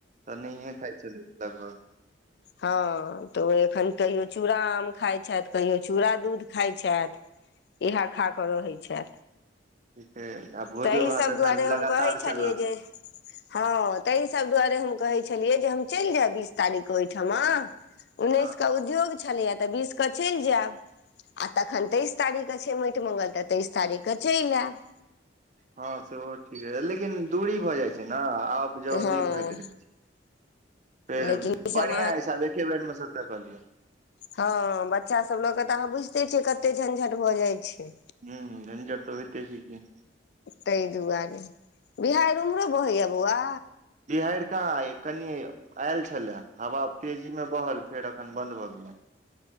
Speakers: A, on the right (about 40°); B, on the left (about 60°).
A: तऽ नहिहे खाइत छलैथ लगभग
B: हँअ तऽ ओ एखन कहियो चूड़ा आम खाइ छैथ कहियो चूड़ा दूध खाइत छैथ इ हा खा कऽ रहैत छे
A: ठीके अछि आ भोजो
B: तहि
A: भात
B: सब
A: एखन
B: दुआरे हम
A: लगातार
B: कहैइ छलियै
A: चलत
B: जे हँअ तहि सब दुआरे हम कहैइ छलिऐ जे हम बीस तारिख के ओहिठामा उन्नीस
A: हँ
B: के उद्योग छलैया तऽ बीस कऽ चलि जायब आ तखन तेइस तारीखके छै माटि म्ंगल तऽ तेइस तारीखके चलि आयब
A: हँअ् सेहो ठीक लेकिन दूरी भऽ जाइ छैय ना आब जाउ
B: हँ
A: नई होइत रहै छय फेर
B: लेकिन ईसभ
A: बढ़ियाँ हइस एके बेर में सभ टाऽ कलिअ
B: हँअ् बच्चा सब लऽ के तऽ अहाँ बुझिते छियै कते झंझट भऽ जाइ छैइ
A: ह झञजर तऽ होइते छै कि
B: ताहि दुआरे बिहार उम्हरो बहैय बौआ
A: बिहरिका कनि आयल छलए हवा तेजी मे बहल फेर अखन बंन्द भऽ गेलै ह